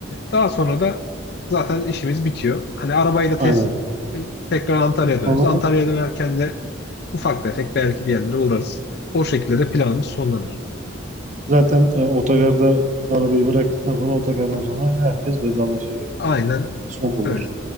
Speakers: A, on the left (about 50°); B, on the right (about 35°).
A: daha sonra da zaten işimiz bitiyor. Hani arabayı da test
B: Aynen.
A: tekrar Antalya'ya döneriz.
B: Ama
A: Antalya'ya dönerken de ufak tefek belki bir yerlere uğrarız. O şekilde de planımız sonlanır.
B: zaten e, otogarda arabayı bıraktıktan sonra otogardan sonra herkes vedalaşarak
A: Aynen
B: son bulur.
A: öyle.